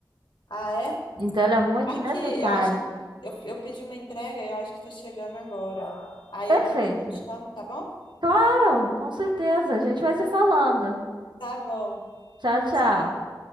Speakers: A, on the left; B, on the right.
A: Ah, é?
B: Então ele é muito necessário.
A: Aqui, eu acho que eu, eu pedi uma entrega e eu acho que tá chegando agora. Aí
B: Perfeito.
A: eu depois eu te chamo, tá bom?
B: Claro, com certeza. A gente vai se falando.
A: Tá bom.
B: Tchau, tchau.
A: Tchau.